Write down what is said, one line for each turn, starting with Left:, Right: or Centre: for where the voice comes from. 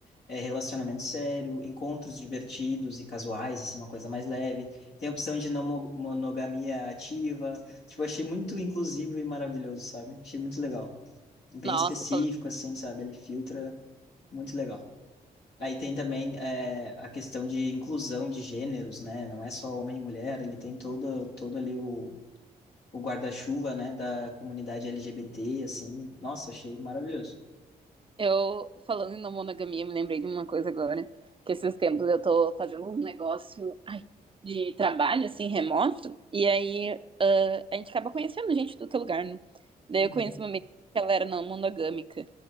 Left: é, relacionamento sério, encontros divertidos e casuais, assim, uma coisa mais leve. Tem a opção de não mo- monogamia ativa. Tipo, achei muito inclusivo e maravilhoso, sabe? Achei muito legal bem
Right: Nossa,
Left: específico,
Right: falando
Left: assim, sabe? Ele filtra muito legal. Aí tem também é, a questão de inclusão de gêneros, né? Não é só homem e mulher, ele tem todo, todo ali o, o guarda-chuva, né, da comunidade LGBT, assim. Nossa, achei maravilhoso.
Right: Eu, falando em não monogamia, me lembrei de uma coisa agora. Que esses tempos eu tô fazendo um negócio, ai, de trabalho, assim, remoto. E aí, ah, a gente acaba conhecendo gente de todo lugar, né? Daí
Left: Uhum,
Right: eu conheci uma menina que ela era não monogâmica.